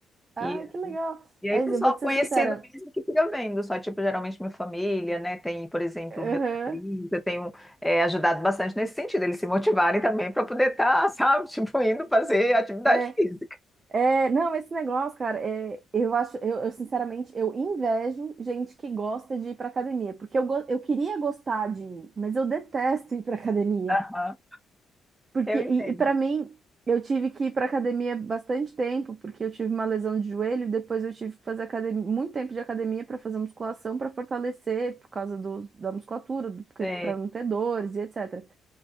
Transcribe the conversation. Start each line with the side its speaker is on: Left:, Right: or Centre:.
Right: Ai,
Centre: E
Right: que legal.
Centre: e aí,
Right: É
Centre: pessoal
Right: isso, eu vou te ser
Centre: conhecido
Right: sincera.
Centre: mesmo que fica vendo, só tipo, geralmente minha família, né? Tem, por exemplo,
Right: Aham.
Centre: meu sobrinho, eu tenho é, ajudado bastante nesse sentido, eles se motivarem também para poder estar, sabe, <laughs> tipo, indo fazer atividade
Right: É,
Centre: física.
Right: É, não, esse negócio, cara, é, eu acho, eu, eu, sinceramente, eu invejo gente que gosta de ir pra academia, porque eu, go- eu queria gostar de ir, mas eu detesto ir pra academia.
Centre: Aham.
Right: Porque,
Centre: Eu
Right: e,
Centre: entendo.
Right: e para mim, eu tive que ir pra academia bastante tempo, porque eu tive uma lesão de joelho, e depois eu tive que fazer academia, muito tempo de academia para fazer musculação, para fortalecer, por causa do, da musculatura, do,
Centre: É.
Right: para não ter dores e etc.